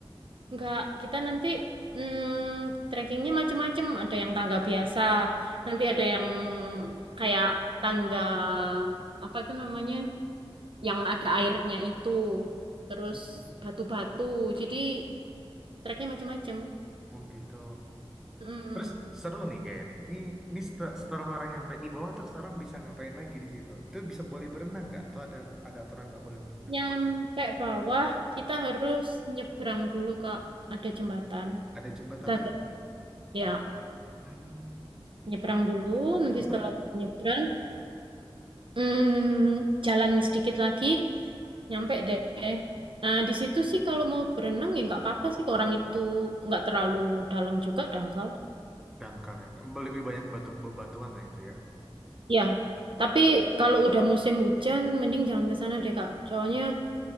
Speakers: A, on the right; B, in the centre.
A: enggak. Kita nanti hmm, trekkingnya macem-macem. Ada yang tangga biasa, nanti ada yang kayak tangga apa itu namanya? yang ada airnya itu terus
B: Hmm.
A: batu-batu jadi treknya macam-macam
B: Oh gitu.
A: Mm.
B: Terus seru nih kayaknya nih. Ini, ini setelah, setelah orang nyampe di bawah terus orang bisa ngapain lagi di situ? Itu bisa boleh berenang nggak? Atau ada ada aturan nggak boleh berenang?
A: nyampe bawah kita harus nyebrang dulu Kak ada jembatan
B: Ada jembatan
A: kita
B: lagi.
A: ya
B: Hmm,
A: nyebrang dulu nanti
B: terus
A: setelah nyebrang mm, jalan sedikit lagi nyampe deh nah di situ sih kalau mau berenang ya nggak apa-apa sih orang itu nggak terlalu dalam juga dangkal
B: dangkal ya. Lebih banyak batu bebatuan lah itu ya.
A: ya tapi kalau udah musim hujan, mending jangan ke sana deh, Kak. Soalnya